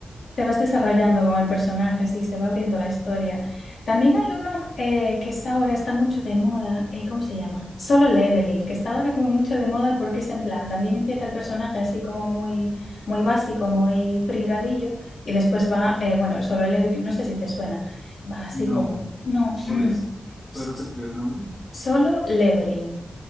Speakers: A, on the left; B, on the left.
A: Te vas desarrollando con el personaje, sí, se va abriendo la historia. También hay uno eh, que es ahora está mucho de moda, eh, ¿cómo se llama? Solo Leveling, que está ahora como mucho de moda porque es en plan, también empieza el personaje así como muy, muy básico, muy pringadillo, y después va, eh, bueno, el Solo Leveling, no sé si te suena, va así
B: No,
A: como, no,
B: ¿cuál
A: mm,
B: es?
A: s-
B: ¿Puedes repetir
A: s-
B: el nombre?
A: Solo Leveling.